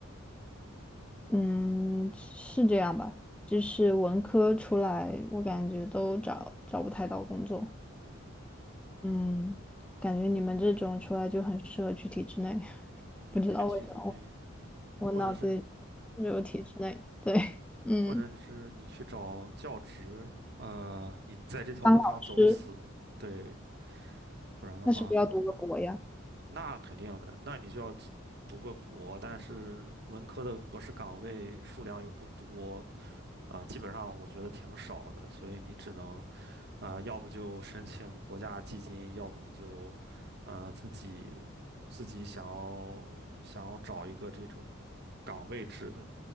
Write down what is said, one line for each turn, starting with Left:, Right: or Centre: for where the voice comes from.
Centre: 嗯是这样吧，就是文科出来，我感觉都找找不太到工作。
Right: 对。
Centre: 嗯，感觉你们这种出来就很适合去体制内，<laughs>
Right: 嗯，
Centre: 不知道为什么，
Right: 去体制内，嗯哼，
Centre: 我脑子里
Right: 或者是你，嗯哼，
Centre: 只有体制内。对，<laughs> 嗯，
Right: 或者是你去找教职，呃，你在这条路上走死，
Centre: 当老师
Right: 对，不然的话很可能。
Centre: 那是不是要读个博呀？
Right: 那肯定的，那你就要读个博，但是文科的博士岗位数量又不多啊，基本上我觉得挺少的，所以你只能啊，要不就申请国家基金，要不你就，呃，自己自己想要想要找一个这种岗位制的。